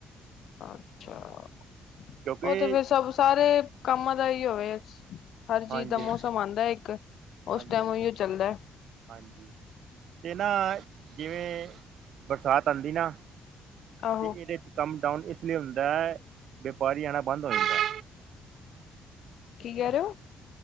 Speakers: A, on the left; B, on the right.
A: ਅੱਛਾ ਉਹ
B: ਕਿਉਂਕਿ
A: ਤੇ ਫਿਰ ਸਭ ਸਾਰੇ ਕੰਮ ਦਾ ਹੀ ਹੋਵੇ ਹਰ ਚੀਜ਼
B: ਹਾਂਜੀ
A: ਦਾ ਮੌਸਮ ਆਉਂਦਾ ਇੱਕ
B: ਹਾਂਜੀ
A: ਉਸ ਟਾਈਮ
B: ਹਾਂਜੀ
A: ਉਹੀਓ ਚੱਲਦਾ।
B: ਹਾਂਜੀ ਅਤੇ ਨਾ ਜਿਵੇਂ ਬਰਸਾਤ ਆਉਂਦੀ ਨਾ।
A: ਆਹੋ
B: ਅਤੇ ਇਹਦੇ ਕੰਮ ਡਾਊਨ ਇਸ ਲਈ ਹੁੰਦਾ ਹੈ ਵਪਾਰੀ ਆਣਾ ਬੰਦ ਹੋ ਜਾਂਦਾ।
A: ਕੀ ਕਹਿ ਰਹੇ ਓ।